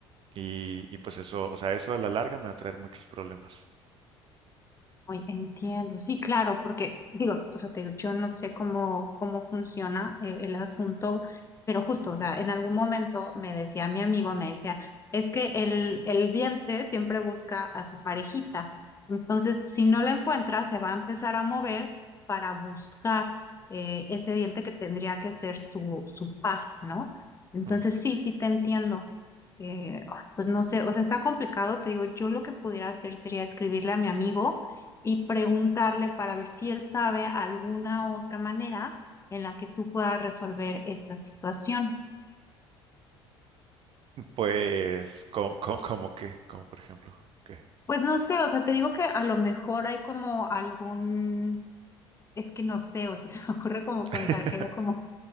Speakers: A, on the right (about 40°); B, on the left (about 20°).
A: y, y pues eso, o sea, eso a la larga me va a traer muchos problemas.
B: Hoy entiendo, sí, claro, porque digo, o sea, te digo, yo no sé cómo, cómo funciona eh, el asunto, pero justo, o sea, en algún momento me decía mi amigo, me decía, es que el, el diente siempre busca a su parejita, entonces si no la encuentra, se va a empezar a mover para buscar eh, ese diente que tendría que ser su, su par, ¿no? Entonces
A: Ujú.
B: sí, sí te entiendo. Eh, ah, pues no sé, o sea, está complicado, te digo, yo lo que pudiera hacer sería escribirle a mi amigo y preguntarle para ver si él sabe alguna otra manera en la que tú puedas resolver esta situación.
A: Pues, ¿cómo, cómo, cómo qué? Como por ejemplo, ¿qué?
B: Pues no sé, o sea, te digo que a lo mejor hay como algún, es que no sé, o sea, <laughs> se me ocurre como pensar
A: <laughs>
B: que hay como,